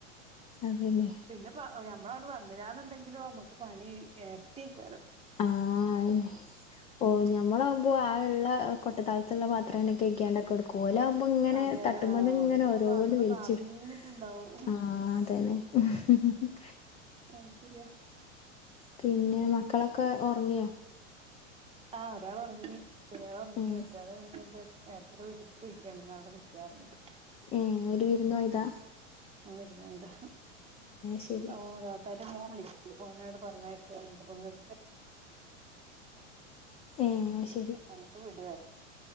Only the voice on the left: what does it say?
അതന്നെ
ആ അനെ ഓ ഞമ്മള് ആകുമ്പോ ആ ഉള്ള കൊട്ടതളത്തിൽ പത്രം തെന്നെകഴി ക്കാണ്ടൊക്കെ എടുക്കും ഓല ആകുമ്പോ ഇങ്ങനെ
തട്ടുമ്മേ
ഇങ്ങനെ ഓരോന്ന്
വലിച്ചിടും
ആ അതെ അതെന്നെ <unintelligible>
പിന്നെ മക്കളൊക്കെ ഉറങ്ങിയോ
ഏഹ്
ഏ ഒര് വിരുന്ന്പോയതാ
ശരി
ഏ അത് ശരി